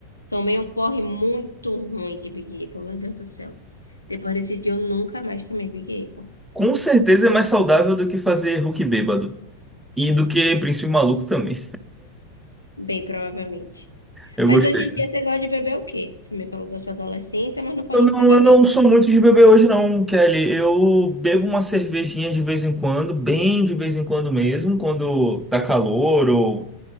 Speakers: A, on the left; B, in the centre.
A: tomei um porre muito ruim de Big Apple, meu Deus do céu. Depois desse dia eu nunca mais tomei Big Apple,
B: Com certeza é mais saudável do que fazer Hulk bêbado. E do que Príncipe Maluco também.
A: bem provavelmente.
B: Eu
A: Mas
B: gostei.
A: hoje em dia você gosta de beber o quê? Você me falou da sua adolescência, mas não falou
B: Eu não,
A: que você bebeu.
B: eu não sou muito de beber hoje, não, Kelly. Eu bebo uma cervejinha de vez em quando, bem de vez em quando mesmo, quando tá calor ou